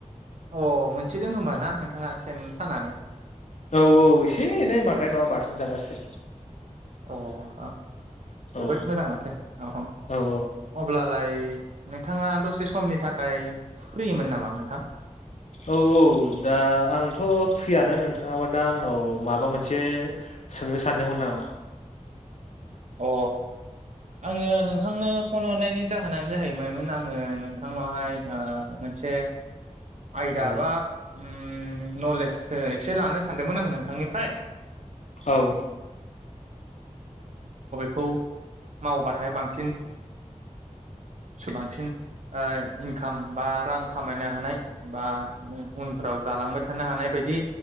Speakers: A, on the right; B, on the left.
A: अ मोनसो दों होम्बा
B: औ
A: ना नोंथाङा सेन सानानै
B: औ औ एसे एनै बांद्राय नङा बाथोन जागारसो
A: अ आ जोबोद
B: औ
A: मोजां माथो अ
B: औ
A: अब्लालाय नोंथाङा दसे समनि थाखाय फ्रिमोन नामा नोंथां
B: औ औ दा आंथ फ्रियानो नोंथाङाबा दा आंनाव माबा मोनसे सोंनो सानदोंमोन नामा?
A: <inaudible> अ। आंङो नोंथांनो फन हरनायनि जाहोनानो जाहैबायमोन आंङो नोंथांनावहाय ओ सा आयदा
B: औ
A: बा उम नलेस सो एसे लानो सानदोंमोन आं नोंथांनिफ्राय
B: औ
A: खौ मावबाथाय बांसिन सोबांसिन ओ इनकाम बा रां खामायनो हानाय बा उ उनफ्राव जालांबाय थानो हानाय बायदि